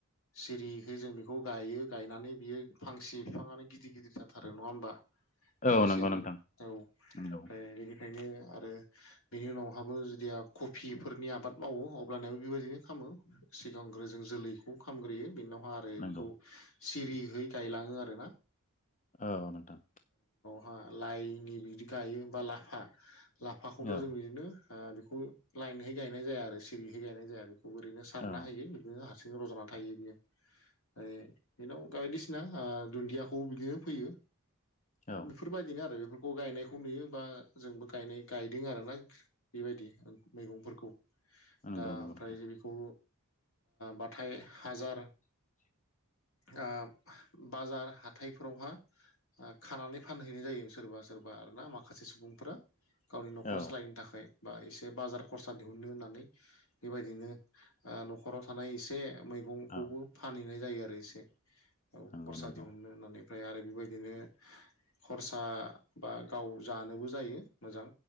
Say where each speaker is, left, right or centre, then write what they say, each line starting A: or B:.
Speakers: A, on the left; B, on the left.
A: सिरिहै जों बेखौ खौ गायो गायनानै बियो फांसे बिफाङानो गिदिर गिदिर जाथारो नङा होमबा? फांसेयानो
B: औ नंगौ नोंथां
A: औ
B: नंगौ
A: फ्राय बिनि ओंखायनो आरो बेनि उनावहाबो जुदिया कफिफोरनि आबाद मावो अब्लानायाबो बेबायदिनो खाम मो सिगांग्रो जों जोलैखौ खामग्रोयो बेनावहा आरो
B: नंगौ
A: खौ सिरियै गायलांङो आरोना।
B: औ नोंथां।
A: हा लाइनि बिदि गायो लाफा लाफाखौथ'
B: औ
A: जों बिदिनो ओ बेखौ लाइनहै गायनाय जाया आरो सिरिहै गायनाय जाया बेखौ ओरैनो सारना
B: औ
A: होयो बिदिनो हारसिं रज'नानै थायो बियो बेनाव बायदिसिना ओ दुन्दियाखौ बिदिनो फैयो
B: औ
A: बेफोरबायदिनो आरो बेफोर खौ गायनायखौ नुयो बा जोंबो गायनाय गायदों आर ना बेबायदि मैगंफोरखौ।
B: नंगौ
A: दा
B: नंगौ
A: ओमफ्राय
B: नोंथां
A: बेखौ बाथाय हाजार
B: <inaudible>
A: बाजार हाथाइफोरावहा खानानै फानहैनाय जायो सोरबा सोरबा आरोना माखासे सुबुंफोरा गावनि न'खर
B: औ
A: सालायनो थाखाय। बा एसे बाजार खरसा दिहुननो होननानै बेबायदिनो न'खराव थानाय एसे मैगंखौबो
B: औ
A: फानहैनाय जायो आरो एसे औ
B: नंगौ
A: खरसा
B: नंगौ
A: दिहुननो होननानै ओमफ्राय आरो बेबायदिनो खरसा बा गाव जानोबो जायो मोजां